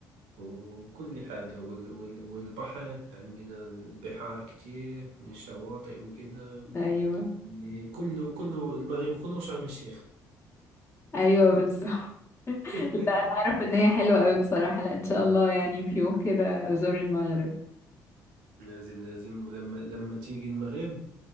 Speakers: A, on the right; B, on the left.
A: وكل حاجة وال وال والبحر عندنا البحار كتير من شواطئ وكده
B: ايوه
A: يعني كله كله المغرب كله شرم الشيخ
B: ايوه بالظبط <laughs>
A: <laughs>
B: لا انا اعرف ان هي حلوة قوي بصراحة لا ان شاء الله يعني في يوم كده ازور المغرب
A: لازم لازم ولما لما تيجي المغرب